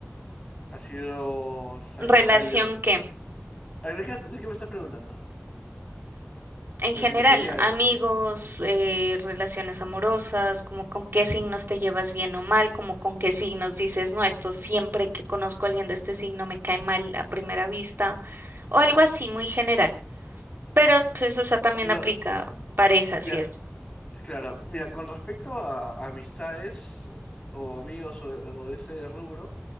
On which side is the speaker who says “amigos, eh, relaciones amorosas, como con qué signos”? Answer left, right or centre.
Right